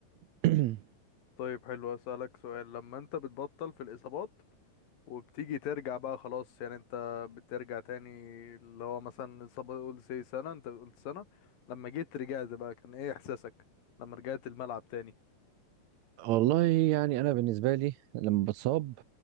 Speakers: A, on the right; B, on the left.
A: <clears throat>
B: طيب حلو اسالك سؤال لما انت بتبطل في الاصابات وبتيجي ترجع بقى خلاص يعني انت بترجع تاني اللي هو مثلا اصابه قول سي سنه انت قلت سنه لما جيت رجعت بقى كان ايه احساسك لما رجعت الملعب تاني
A: والله يعني انا بالنسبه لي لما بتصاب